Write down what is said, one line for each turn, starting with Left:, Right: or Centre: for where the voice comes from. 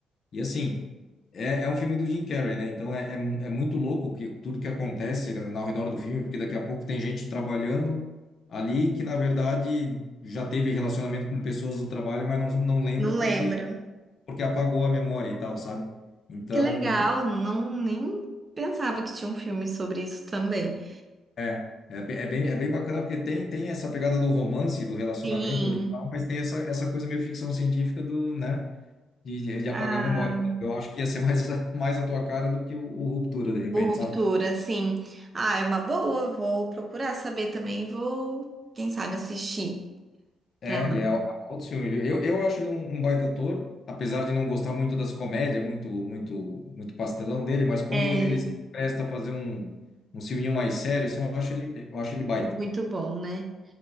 Left: E assim, é, é um filme do Jim Carrey, né? Então é, é, mu- é muito louco que, tudo que acontece ao redor do filme, porque daqui a pouco tem gente trabalhando ali que, na verdade, já teve relacionamento com pessoas do trabalho, mas não, não lembra
Right: Não
Left: porque,
Right: lembro.
Left: porque apagou a memória e tal, sabe? Então,
Right: Que legal, não nem pensava que tinha um filme sobre isso também.
Left: é, é, be- é bem, é bem bacana porque tem, tem essa pegada do romance, do relacionamento
Right: Sim.
Left: ali e tal, mas tem essa, essa coisa meio ficção científica do, né? De, de de apagar
Right: Ah.
Left: a memória. Eu acho que ia ser mais, <laughs> mais a tua cara do que o, o Ruptura, de repente,
Right: O Ruptura,
Left: sabe?
Right: sim. Ah, é uma boa. Vou procurar saber também. Vou, quem sabe, assistir.
Left: É,
Right: pra- ela.
Left: e é é outro filme. viu? Eu, eu acho ele um, um baita ator, apesar de não gostar muito das comédias, muito, muito, muito pastelão dele, mas quando
Right: É
Left: ele se presta a fazer um, um filminho mais sério, assim, eu acho ele, eu acho ele baita.
Right: muito bom, né?